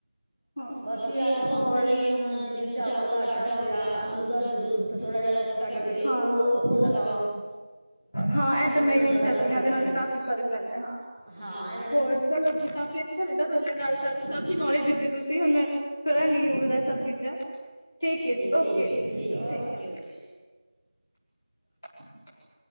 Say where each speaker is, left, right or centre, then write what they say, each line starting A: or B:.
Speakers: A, on the left (about 30°); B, in the centre.
A: ਹਾਂ
B: ਬਾਕੀ ਆਹ ਤੁਹਾਨੂੰ
A: ਹੋਰ
B: ਪਤਾ ਹੀ ਹੈ ਹੁਣ ਜਿਵੇਂ, ਚਾਵਲ ਦਾ ਆਟਾ ਹੋ ਗਿਆ ਆਲੂ ਦਾ ਜੂ ਥੋੜ੍ਹਾ ਜਿਹਾ ਰਸ ਕੱਢ ਕੇ ਉਹ,
A: ਹਾਂ ਹਾਂ
B: ਉਹ ਲਗਾਓ।
A: ਹਾਂ ਇਹ
B: ਉਹਦੇ
A: ਤਾਂ ਮੈਂ
B: ਨਾਲ
A: ਯੂਜ
B: ਬੜਾ
A: ਕਰਦੀ
B: ਫਰਕ
A: ਹਾਂ। ਇਹਦੇ
B: ਪੈਂਦਾ
A: ਨਾਲ ਤੇ ਕਾਫ਼ੀ ਫ਼ਰਕ ਪੈਂਦਾ ਹਾ।
B: ਹਾਂ ਇਹ
A: ਹੋਰ ਚਲੋ ਜੀ, ਕਾਫ਼ੀ ਅੱਛਾ ਲੱਗਾ ਤੁਹਾਡੇ ਨਾਲ ਗੱਲ ਕਰਕੇ, ਕਾਫੀ ਨੌਲੇਜ ਦਿੱਤੀ ਤੁਸੀਂ ਹੁਣ ਮੈਂ ਕਰਾਂਗੀ ਯੂਜ ਹੈ ਸਭ ਚੀਜ਼ਾਂ। ਠੀਕ ਏ
B: ਠੀਕ
A: ਓਕੇ
B: ਹੈ
A: ਠੀਕ
B: ਓਕੇ ਓਕੇ
A: <inaudible>